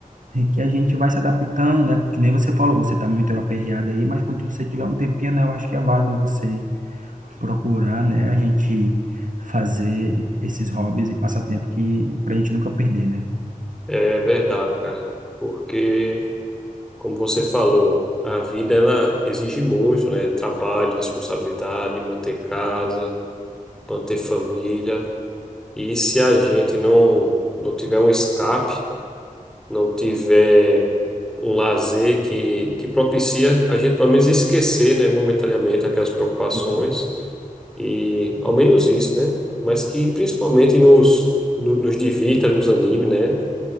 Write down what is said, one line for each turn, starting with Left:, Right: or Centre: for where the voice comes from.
Right: que a gente vai se adaptando, né? Que nem você falou, você tá muito aperreado aí, mas quando você tiver um tempinho, né, eu acho que é válido você procurar, né, a gente fazer esses hobbies e passatempo que pra gente nunca perder, né?
Centre: É verdade, cara. Porque Como você falou, a vida ela exige muito, né? Trabalho, responsabilidade, manter casa, manter família. E se a gente não não tiver um escape, não tiver um lazer que que propicia a gente pelo menos esquecer, né, momentaneamente aquelas preocupações
Right: Uhum.
Centre: e ao menos isso, né? Mas que principalmente nos no- nos divirta, nos anime, né?